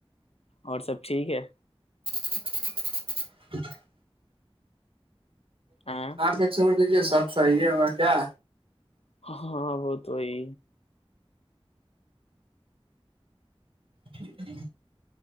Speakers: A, on the left; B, on the right.
A: اور سب ٹھیک ہے
B: <inaudible>
A: ہاں
B: یہ چھوڑ دیجیے سب صحیح ہے اور کیا
A: ہاںاں وہ تو وہی
B: ٹھیک ہے